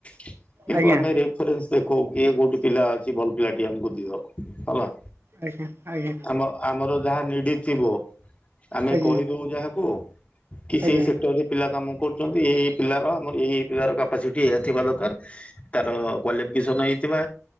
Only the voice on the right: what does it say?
ଆଜ୍ଞା
ଆଜ୍ଞା- ଆଜ୍ଞା।
ଆଜ୍ଞା ଆଜ୍ଞା
ଆଜ୍ଞା
ଆଜ୍ଞା